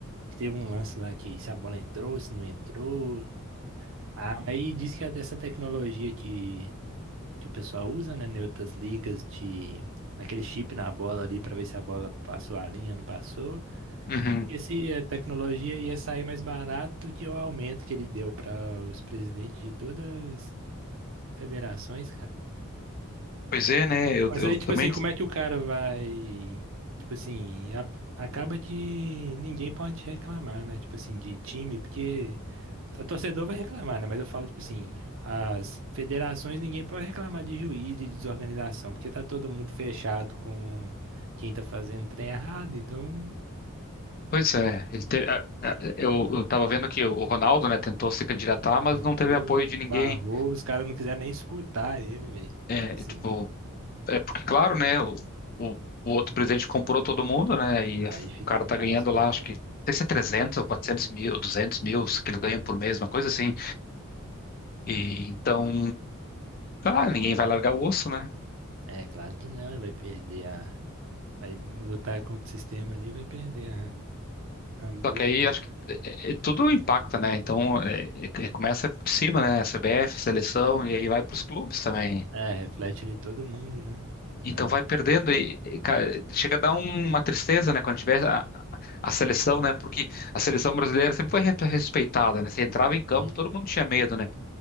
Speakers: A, on the right; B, on the left.
A: que teve um lance lá que se a bola entrou, se não entrou. Aí diz que é dessa tecnologia que, que o pessoal usa, né, em outras ligas de. Naquele chip na bola ali pra ver se a bola passou a linha, não passou.
B: uhum.
A: E se a tecnologia ia sair mais barato que o aumento que ele deu pra os presidentes de todas as federações, cara.
B: Pois é, né? Eu,
A: Mas
B: eu
A: aí,
B: também.
A: tipo assim, como é que o cara vai. Tipo assim, a- acaba que ninguém pode reclamar, né? Tipo assim, de time, porque a torcedor vai reclamar, né? Mas eu falo, tipo assim, as federações ninguém pode reclamar de juiz, de desorganização, porque tá todo mundo fechado com quem tá fazendo trem errado, então
B: Pois é, ele teve, a- a- eu, eu tava vendo que o Ronaldo, né, tentou se candidatar, mas
A: tentou,
B: não teve apoio de ninguém.
A: barrou, os caras não quiseram nem escutar ele, velho.
B: É,
A: Tipo assim,
B: tipo, É porque, claro, né? O, o, o outro presidente comprou todo mundo, né? E
A: aí
B: a-
A: fica
B: o cara tá
A: fácil,
B: ganhando lá,
A: né, cara?
B: acho que não sei se é 300 ou 400 mil, 200 mil que ele ganha por mês, uma coisa assim. E então, cara, ninguém vai largar o osso, né?
A: É, claro que não, ele vai perder Vai lutar contra o sistema ali, vai perder a, a boca,
B: Só que aí
A: né?
B: acho que é, é, é, tudo impacta, né? Então, é, é, é, começa por cima, né? CBF, seleção, e aí vai para os clubes também.
A: É, reflete em todo mundo, né? Não,
B: Então vai perdendo e, e, cara, chega a dar um- uma tristeza, né, quando tiver a, a- a seleção, né, porque a seleção brasileira sempre foi re- respeitada, né, você entrava
A: sempre
B: em campo,
A: foi.
B: todo mundo tinha medo, né.